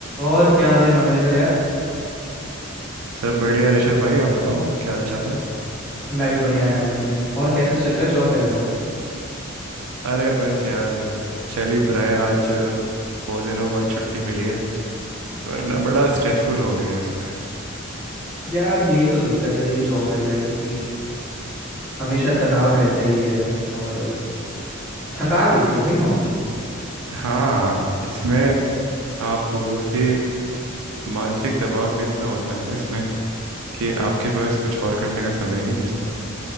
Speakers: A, in the centre; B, on the right.
A: और क्या हाल है मनविंदर यार
B: सब बढ़िया ऋषभ भाई आप बताओ क्या हाल चाल है
A: मैं भी बढ़िया यार बढ़िया और कैसा चल रहा है जॉब वगैरह
B: अरे बस यार चल ही रहा है आज अ, बहुत दिनों बाद छुट्टी मिली है वरना बड़ा स्ट्रेसफुल हो गया है इसमें
A: यार यही तो दिक्कत है ये जॉब वगैरह की कि हमेशा तनाव रहता ही है और थका देती है भाई नौकरी
B: हाँ इसमें आप बोलो कि मानसिक दबाव भी इतना होता है ना इसमें कि आपके पास कुछ और करने का समय ही नहीं बचता